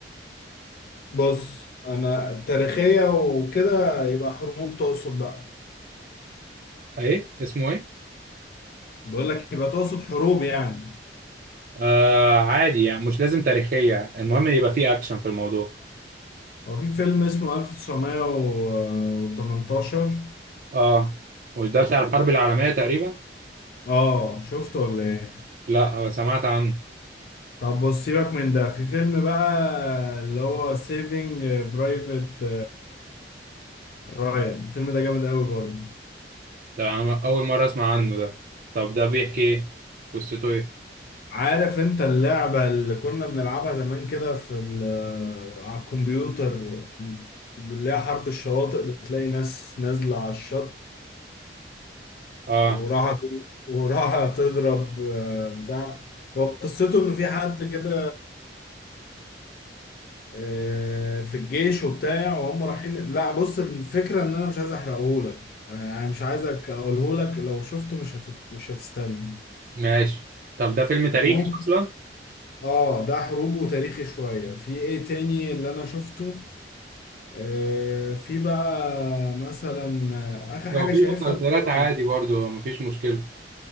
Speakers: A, on the left; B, on the right.
A: بص انا تاريخيه وكده يبقى حروب تقصد بقى
B: ايه اسمه ايه
A: بقول لك يبقى تقصد حروب يعني
B: آه عادي يعني مش لازم تاريخية المهم يبقى فيه اكشن في الموضوع
A: هو في فيلم اسمه 1918
B: اه مش ده بتاع الحرب العالمية تقريبا
A: اه شفته ولا ايه
B: لا آه، سمعت عنه
A: طب بص سيبك من ده في فيلم بقى اللي هو سيفينج برايفت رايان الفيلم ده جامد قوي برضه
B: ده أنا اول مرة اسمع عنه ده طب ده بيحكي ايه قصته ايه
A: عارف انت اللعبة اللي كنا بنلعبها زمان كده في ال- آه، على الكمبيوتر اللي هي حرب الشواطئ بتلاقي ناس نازلة على الشط
B: اه
A: وراها وراها تضرب آه، بتاع هو قصته ان في حد كده آه، في الجيش وبتاع وهم رايحين لا بص الفكرة ان انا مش عايز احرقهولك انا مش عايزك اقولهولك لو شفته مش هتت... مش هتستنى
B: ماشي طب ده فيلم تاريخي
A: أنا ممكن
B: اصلا
A: اه ده حروب وتاريخي شوية في ايه تاني اللي انا شفته آه في بقى مثلا آه، اخر
B: لو
A: حاجة
B: في
A: شايفها
B: مسلسلات
A: اللي هو
B: عادي برضو مفيش مشكلة